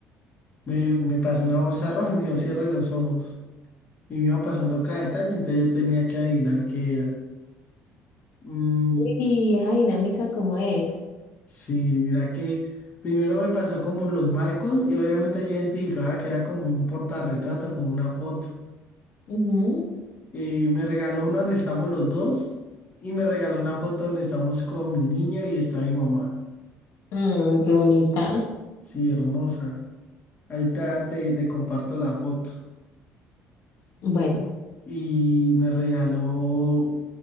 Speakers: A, on the left; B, on the left.
A: me, me pasó una bolsa roja y me dijo cierre los ojos. Y me iba pasando cada detalle, entonces yo tenía que adivinar qué era. Mm,
B: ay, esa dinámica, ¿cómo es?
A: Sí, mira que primero me pasó como los marcos y obviamente yo identificaba que era como un portarretrato, como una foto.
B: Ujú.
A: Y me regaló una donde estamos los dos y me regaló una foto donde estamos con mi niño y está mi mamá.
B: Mm, qué bonita.
A: Sí, hermosa. Ahorita te, te comparto la foto.
B: Bueno.
A: Y me regaló